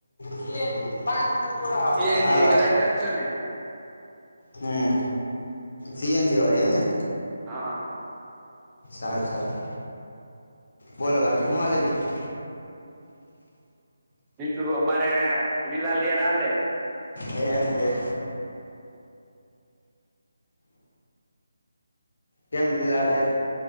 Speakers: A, on the left; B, on the right.
A: સી - એન -જી પાંચ
B: સીએનજી
A: હાલો
B: કરાવી નાખશું ને
A: હમ્મ. સીએનજી વાળી એમને.
B: હા.
A: સારું સારું. બોલો બાકી હું હાલે બીજું?
B: બીજું અમારે લીલા લેર હાલે.
A: એમ છે. કેમ લીલા લેર